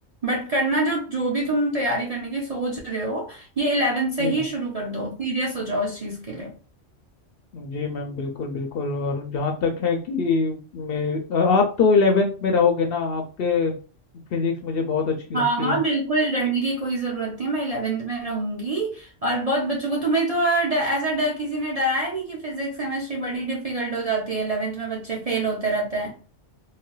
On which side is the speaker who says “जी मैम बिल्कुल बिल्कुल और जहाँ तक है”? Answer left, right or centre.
Left